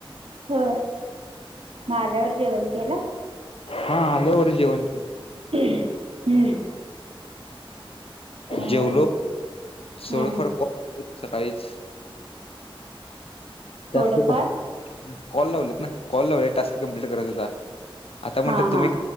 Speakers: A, on the right (about 80°); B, on the left (about 80°).
A: हा. म आल्यावर जेवण केलं.
B: हा आल्यावर जेवण
A: हम्म. आणि
B: जेवलो सोड
A: हं.
B: फार को तेच सकाळीच
A: थोडंफार
B: जास्ती कप कॉल लावलेत ना कॉल लावले टास्क कम्प्लीट करायच होता आता म्हटलं
A: हां
B: तुम्ही
A: हां